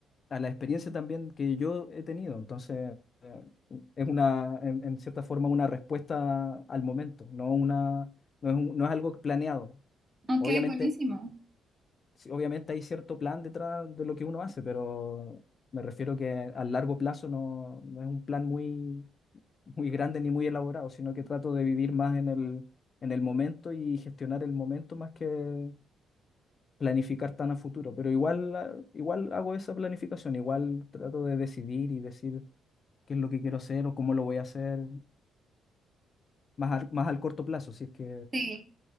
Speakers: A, on the left (about 45°); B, on the right (about 25°).
A: a la experiencia también que yo he tenido. Entonces, eh, es una, en, en cierta forma, una respuesta al momento, no una, no es un- no es algo planeado.
B: Ok,
A: Obviamente,
B: buenísimo.
A: sí, obviamente hay cierto plan detrás de lo que uno hace, pero me refiero que a largo plazo no, no es un plan muy muy grande ni muy elaborado, sino que trato de vivir más en el, en el momento y gestionar el momento más que planificar tan a futuro. Pero igual, ah, igual hago esa planificación, igual trato de decidir y decir qué es lo que quiero hacer o cómo lo voy a hacer, más, al- más al corto plazo, si es que
B: Sí,